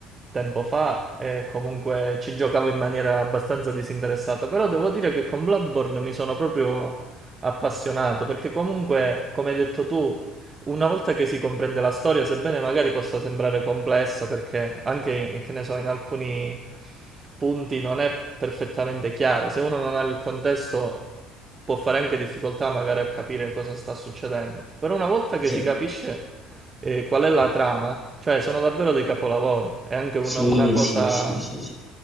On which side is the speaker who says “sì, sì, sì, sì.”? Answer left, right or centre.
Centre